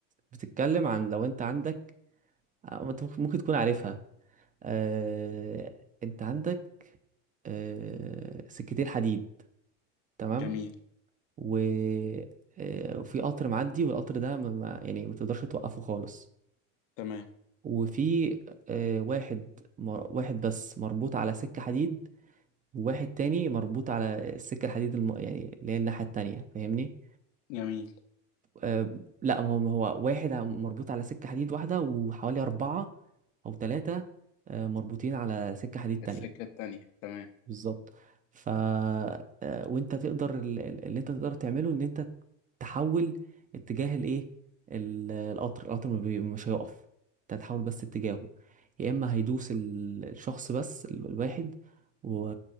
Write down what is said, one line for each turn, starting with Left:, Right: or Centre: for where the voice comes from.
Right: بتتكلم عن لو انت عندك أو انت ممكن ممكن تكون عارفها آه، انت عندك آه، سكتين حديد تمام
Left: جميل
Right: و آه، وفي قطر معدي والقطر ده ما ما- يعني ما تقدرش توقفه خالص
Left: تمام
Right: وفي آه، واحد مر- واحد بس مربوط على سكة حديد وواحد تاني مربوط على السكة الحديد الم... يعني اللي هي الناحية التانية فاهمني
Left: جميل
Right: أه لا ما هو ما هو واحد مربوط على سكة حديد واحدة وحوالي أربعة أو ثلاثة مربوطين على سكة حديد تانية
Left: السكة التانية تمام
Right: بالظبط ف آه، وانت تقدر ال- ال- اللي انت تقدر تعمله ان انت تحول اتجاه الايه ال- القطر القطر ما بي- مش هيقف انت هتحول بس اتجاهه يا اما هيدوس ال- الشخص بس ال- الواحد و...